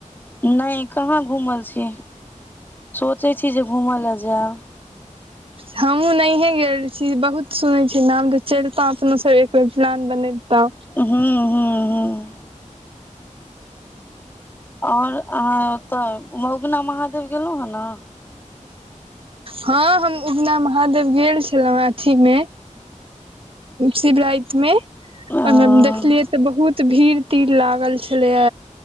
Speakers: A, on the left; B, on the right.
A: नहि कहाँ घूमल छी सोचे छी जे घूम ल जायब
B: हमहुँ नहिए गेल छी बहुत सुनै छी नाम तऽ चलितो अपनो सब एक बेर प्लान बनेल त
A: हं हं हं और अहाँ ओतऽ मगुना महादेव गेलहुं हे ने
B: हँ हम उगना महादेव गेल छलहुँ अथीमे शिवराति मे
A: ने
B: ओमे देखलियै तऽ बहुत भीड़ तीड़ लागल छलेय